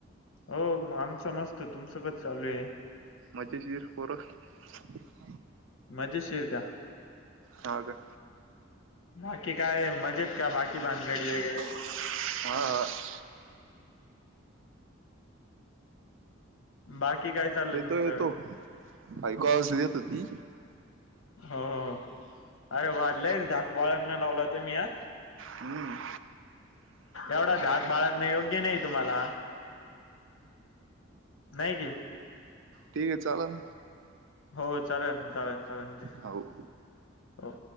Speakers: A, on the left (about 75°); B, on the right (about 70°).
A: हो म आमचं मस्त तुमचं कसं चालू आहे
B: मजे शीर पोरं <inaudible>
A: मजेशीर का?
B: हा का?
A: बाकी काय मजेत का बाकी भानगडी वगैरे?
B: हा हा.
A: बाकी काय चाललं
B: येतो
A: तुमचं?
B: येतो ऐकू आवाज येत होती
A: हो हो अरे वा लईच धाक बाळगनं लावलं तुम्ही ह.
B: हम्म,
A: एवढा धाक बाळगणे योग्य नाही. तुम्हाला. नाही कि?
B: ठीक हे चाललं
A: हो चालनं, चालनं, चालनं
B: हो,
A: हो,